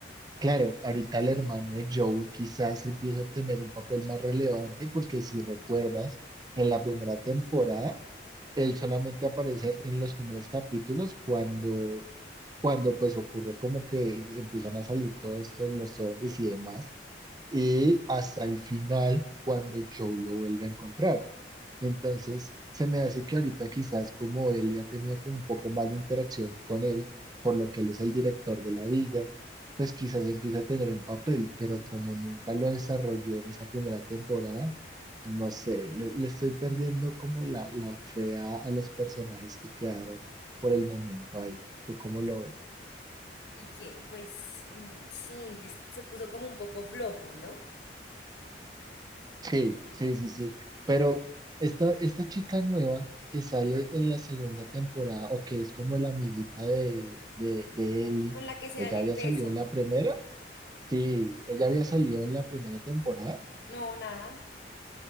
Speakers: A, on the right (about 20°); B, on the left (about 70°).
A: claro, ahorita el hermano de Joel quizás empieza a tener un papel más relevante, porque si recuerdas, en la primera temporada, él solamente aparece en los primeros capítulos cuando, cuando pues ocurre como que empiezan a salir todo esto, los zombies y demás, y hasta el final, cuando Joel lo vuelve a encontrar. Entonces, se me hace que ahorita quizás como él ya tenía como un poco más de interacción con él, por lo que él es el director de la villa, pues quizás empieza a tener un papel, pero como nunca lo desarrolló en esa primera temporada, no sé, le, le estoy perdiendo como la, la fe a, a los personajes que quedaron por el momento ahí. ¿Tú cómo lo ves?
B: y que pues mm, sí, es- se puso como un poco flojo, ¿no?
A: Sí, sí, sí, sí. Pero esta, esta chica nueva que sale en la segunda temporada, o que es como la amiguita de, de, de Ellie,
B: Con la que se
A: ¿ella
B: dan el
A: había
B: beso.
A: salido en la primera? Sí, ella había salido en la primera temporada.
B: No, nada.